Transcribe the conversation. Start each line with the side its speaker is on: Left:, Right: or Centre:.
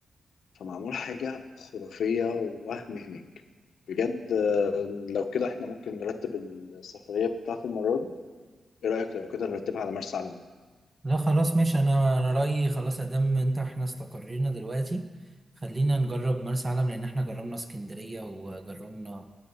Left: فمعمول حاجه خرافيه ووهم هناك بجد آه، لو كده احنا ممكن نرتب السفريه بتاعت المره دي ايه رايك لو كده نرتبها على مرسى علم
Right: لا خلاص ماشي انا انا رايي خلاص ادام انت احنا استقرينا دلوقتي خلينا نجرب مرسى علم لان احنا جربنا اسكندريه وجربنا